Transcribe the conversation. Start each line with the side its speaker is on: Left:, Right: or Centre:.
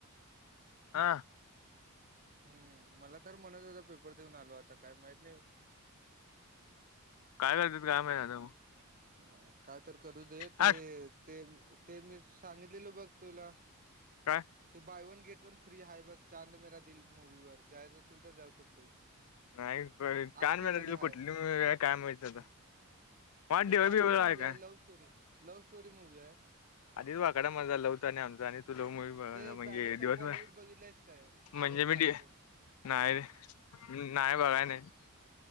Left: हां.
Right: हम्म मला तर म्हणत होता पेपर देऊन आलो आता काय माहित नाही.
Left: काय करतात काय माहित आता
Right: ह ह काय तर करू दे ते
Left: हाड
Right: ते ते मी सांगितलेलं बघ तुला
Left: काय
Right: ते बायवन गेट वन फ्री आहे बग. चांद मेरा दिल मुूवी वर जायच असेल तर जाऊ शकतोयस.
Left: नाही
Right: आर
Left: कान
Right: के मध्ये हाय
Left: कुठलं काय माहिती आता वाट
Right: आणि
Left: ठेवाय
Right: चांगलं
Left: बी वेळ
Right: मूवी
Left: नाही.
Right: आहे love story love story movie आहे
Left: आधीच वाकडा मजा लवचा आणि आमचा आणि तू लव मुवी
Right: ते
Left: म्हणजे
Right: बॅडेस ऑफ
Left: दिवसभर
Right: बॉलिवूड बघितलंयस काय
Left: म्हणजे
Right: आर्यन
Left: मी
Right: खानचं
Left: नाही नाही बघाय नाही. ह